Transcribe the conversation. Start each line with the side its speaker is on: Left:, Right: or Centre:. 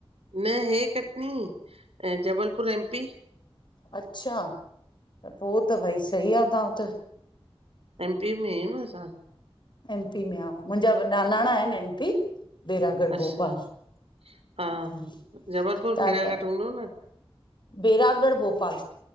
Right: न हे कटनी, ऐं जबलपुर एमपी।
Left: अच्छा त पोइ त भई, सही आहे, तव्हां त।
Right: एम पी में अहियूं न असां।
Left: एमपी में आहूं। मुंहिंजा वॾा नानाणा आहिनि एमपी। बेरागढ़
Right: अच्छा
Left: भोपाल,
Right: हा
Left: ह
Right: जबलपुर
Left: त-
Right: भेड़ाघाट
Left: त।
Right: हूंदो न?
Left: बेरागढ़, भोपाल।